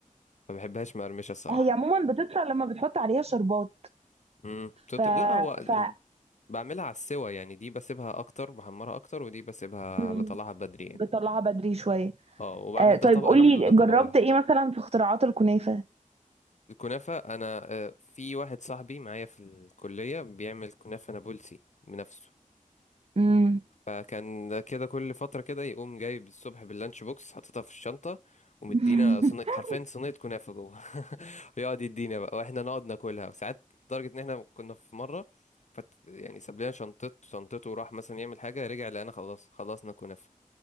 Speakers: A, on the left; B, on the right.
A: ما بحبهاش مقرمشه الصراحه
B: هي عموما بتطلع لما بتحط عليها شربات
A: امم بتط-
B: ف
A: لا هو
B: ف
A: بعملها على السوا يعني دي بسيبها اكتر بحمرها اكتر ودي بسيبها
B: مم.
A: بطلعها بدري يعني
B: بتطلعها بدري شويه
A: اه وبعمل
B: آه طيب
A: ده طبق
B: قولي
A: لوحده وده
B: جربت
A: طبق لوحده
B: ايه مثلا في اختراعات الكنافة
A: الكنافه انا آه، في واحد صاحبي معايا في الكليه بيعمل كنافه نابلسي بنفسه
B: امم
A: فكان كده كل فترة كده يقوم جايب الصبح باللانش بوكس حاططها في الشنطة ومدينا
B: <laughs>
A: صينية حرفيا صينية كنافة جوه <laughs> ويقعد يدينا بقى واحنا نقعد ناكلها وساعات لدرجة ان احنا كنا في مرة فت يعني ساب لنا شنطته شنطته وراح مثلا يعمل حاجة رجع لقينا خلاص خلصنا كنافة